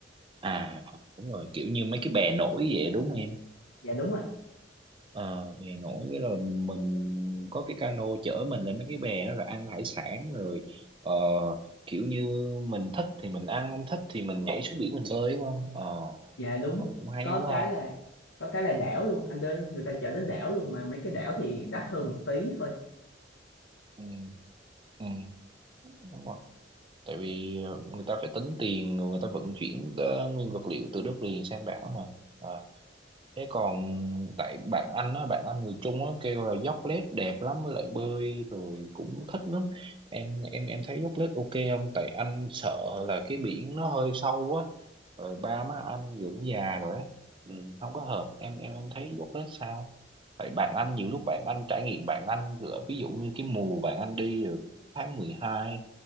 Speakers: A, on the right; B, on the left.
A: à đúng rồi kiểu như mấy cái bè nổi vậy đúng không em
B: dạ đúng ạ
A: ờ bè nổi cái rồi mình có cái cano chở mình lên mấy cái bè đó rồi ăn hải sản rồi ờ, kiểu như mình thích thì mình ăn không thích thì mình nhảy xuống biển mình bơi đúng không ờ
B: dạ đúng
A: ờ, cũng hay
B: có
A: quá
B: cái
A: ha
B: là có cái là đảo luôn anh đến người ta chở đến đảo luôn mà mấy cái đảo thì đắt hơn một tí thôi
A: ừ ừ đúng rồi tại vì ờ, người ta phải tính tiền rồi người ta vận chuyển ờ, nguyên vật liệu từ đất liền sang đảo mà À, thế còn tại bạn anh á bạn anh người Trung á kêu là dốc lết đẹp lắm với lại bơi rồi cũng thích lắm em em em thấy dốc lết ok không tại anh sợ là cái biển nó hơi sâu á rồi ba má anh dưỡng già rồi á ừ, không có hợp em em em thấy dốc lết sao tại bạn anh nhiều lúc bạn anh trải nghiệm bạn anh lỡ ví dụ như cái mùa bạn anh đi là tháng mười hai